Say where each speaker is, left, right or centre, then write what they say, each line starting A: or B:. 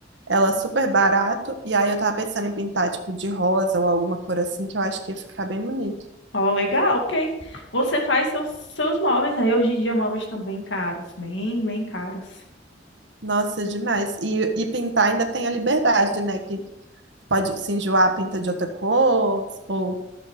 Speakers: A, on the right; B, on the left.
A: Ela super barato. E aí eu tava pensando em pintar, tipo, de rosa ou alguma cor assim, que eu acho que ia ficar bem bonito.
B: Ó, legal, porque aí você faz seus, seus móveis, né? E hoje em dia móveis estão bem caros, bem, bem caros.
A: Nossa, demais. E, e pintar ainda tem a liberdade, né? Que pode se enjoar, pinta de outra cor, ou